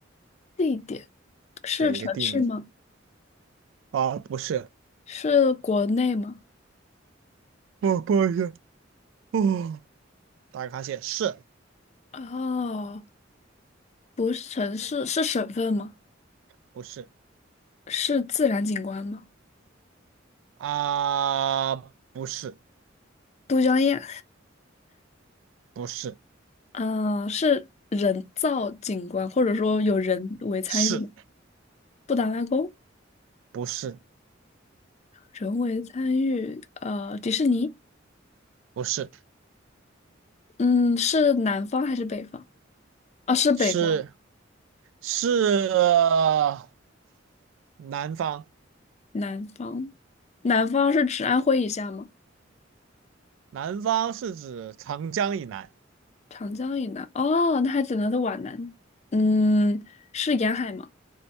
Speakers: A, on the left; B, on the right.
A: 地点是城市吗？
B: 对，一个地名。啊，不是，
A: 是国内吗？
B: 不，不好意思，哦，打个哈欠，是
A: 哦，不是城市，是省份吗？
B: 不是
A: 是自然景观吗？
B: 啊？不是，
A: 都江堰。
B: 不是，
A: 啊，是人造景观，或者说有人为参与吗？
B: 是
A: 布达拉宫，
B: 不是？
A: 人为参与，呃，迪士尼，
B: 不是，
A: 嗯，是南方还是北方？啊，是北方，
B: 是是呃南方，
A: 南方，南方是指安徽以下吗？
B: 南方是指长江以南，
A: 长江以南，哦，那还只能是皖南，嗯，是沿海吗？